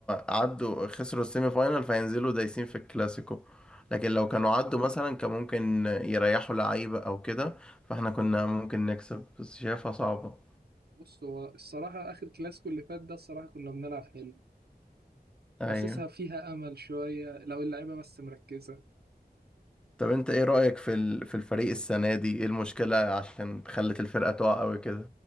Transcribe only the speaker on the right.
بص هو الصراحة آخر كلاسيكو اللي فات ده الصراحة كنا بنلعب حلو
فحاسسها فيها أمل شوية لو اللعيبة بس مركزة